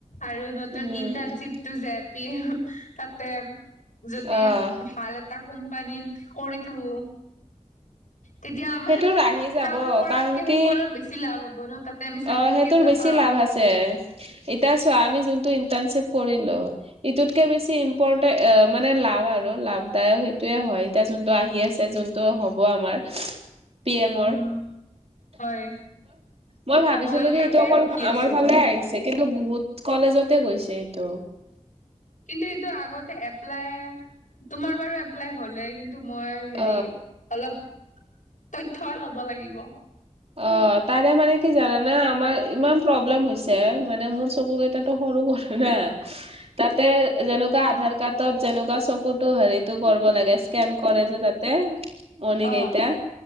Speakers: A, on the left; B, on the right.
A: আৰু নতুন
B: উম,
A: ইন্টাণৰ্শিপ টো যে পি তাতে যদি
B: অ',
A: ভাল এটা কোম্পানীত কৰি থাকো। তেতিয়া আমাৰতো
B: সেইটোৰ আহি যাব
A: কাম কৰাতকে
B: কাৰণ
A: সেইখনত
B: কি
A: বেছি লাভ হব ন তাত। তে চাৰ্টিফিকেটো
B: অ', সেইটোৰ বেছি
A: পাম।
B: লাভ আছে। এতিয়া চোৱা আমি যোনটো ইন্টাৰ্ণশ্বিপ কৰিলো। ইটোকে বেছি ইনপ্ৰতেন্ত মানে লাভ আৰু লাভদায়ক সেইটোয়ে হয়। এতিয়া যোনটো আহি আছে যোনটো হ'ব আমাৰ
A: <unintelligible>
B: পি এমৰ।
A: উম হয়
B: মই ভাবিছিলো
A: ময়ো
B: কি
A: তাকে
B: এইটো অকল
A: ৰখি
B: আমাৰ
A: আছো
B: ফালে আহিছে কিন্তু বহুত কলেজতে গৈছে এইটো।
A: কিন্তু এইটো আগতে এপ্লাই তোমাৰ বাৰু এপ্লাই হলে কি ন্তু মই হেৰি
B: অ
A: অলপ তথ্যয় লব লাগিব।
B: অ তাৰে মানে কি জানাানা আমাৰ ইমান প্ৰব্লেম হৈছে মানে মোৰ চকু কেইটাত। ত সৰু সৰু না ত তাতে যেনেকুৱা আধাৰ কাৰ্ডত যেনেকুৱা চকুতো হেৰিতটো কৰিব লাগে স্কেন কৰে যে তাত তে মণি
A: অ
B: কেইটা